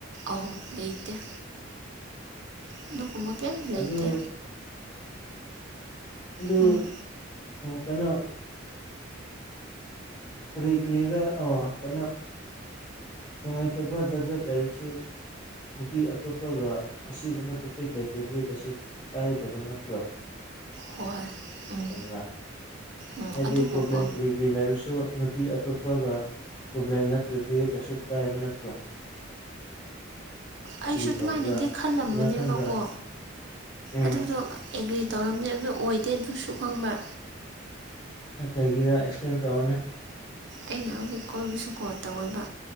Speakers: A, on the right; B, on the left.
A: ꯑꯍꯧ ꯂꯩꯇꯦ ꯑꯗꯨꯒꯨꯝꯕ ꯀꯩꯝ ꯂꯩꯇꯦ
B: ꯑꯗꯨ ꯑꯗꯨ
A: ꯎꯝ
B: ꯀꯩꯅꯣ ꯀꯔꯤ ꯀꯔꯤꯔ ꯀꯩꯅꯣ ꯅꯨꯡꯉꯥꯏꯇꯕ ꯖꯥꯠ ꯖꯥꯠ ꯍꯥꯏꯔꯁꯨ ꯅꯨꯄꯤ ꯑꯇꯣꯞꯄꯒ ꯑꯁꯤꯒꯨꯝꯕ ꯇꯣꯄꯤꯛ ꯂꯩꯇ꯭ꯔꯗꯤ ꯀꯩꯁꯨ ꯀꯥꯏꯗꯕ ꯅꯠꯇ꯭ꯔꯣ
A: ꯍꯣꯏ ꯎꯝ
B: ꯆꯨꯕꯔ
A: ꯎꯝ
B: ꯍꯥꯏꯗꯤ
A: ꯑꯗꯨꯕꯨꯀꯣ
B: ꯄꫭꯕꯂꯦꯝ ꯀꯔꯤ ꯀꯔꯤ ꯂꯩꯔꯁꯨ ꯅꯨꯄꯤ ꯑꯇꯣꯞꯄꯒ ꯄ꯭ꯔꯣꯕ꯭ꯂꯦꯝ ꯅꯠꯇ꯭ꯔꯗꯤ ꯀꯩꯁꯨ ꯀꯥꯏꯕ ꯅꯠꯇ꯭ꯔꯣ
A: ꯑꯩꯁꯨ
B: ꯀꯔꯤ
A: ꯑꯗꯨꯃꯥꯏꯅꯗꯤ
B: ꯇꯧꯕ꯭ꯔꯥ
A: ꯈꯜꯂꯝꯕꯅꯦꯕꯀꯣ
B: ꯀꯃꯥꯏ ꯈꯟꯕ꯭ꯔꯥ ꯎꯝ
A: ꯑꯗꯨꯗꯣ ꯑꯦꯒ꯭ꯔꯤ ꯇꯧꯔꯝꯃꯦ ꯑꯗꯨ ꯑꯣꯏꯗꯦ ꯑꯗꯨꯁꯨ ꯈꯪꯕ꯭ꯔ
B: ꯑ ꯀꯩꯒꯤꯔꯥ ꯑꯦꯛꯁꯄ꯭ꯂꯦꯟ ꯇꯧꯋꫭꯅꯦ
A: ꯑꯩꯅ ꯍꯧꯖꯤꯛ ꯀꯣꯏꯕꯁꯨꯀꯣ ꯇꯧꯋꯦꯕ